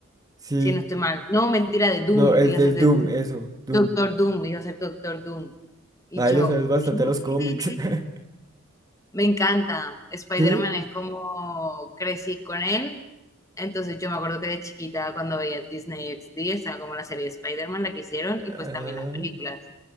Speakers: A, on the right; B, on the left.
A: Sí,
B: si no estoy mal. No, mentira, de Doom,
A: no, es
B: iba
A: del
B: a ser de
A: Doom,
B: Doom.
A: eso, Doom.
B: Doctor Doom, iba a ser Doctor Doom. Y
A: Ahí
B: yo,
A: le sabes bastante a los
B: ¿qué?
A: cómics. <laughs>
B: Me encanta. Spider-Man
A: ¿Sí?
B: es como crecí con él. Entonces yo me acuerdo que de chiquita cuando veía Disney XD, estaba como la serie de Spider-Man, la que hicieron,
A: Ah,
B: y pues también las películas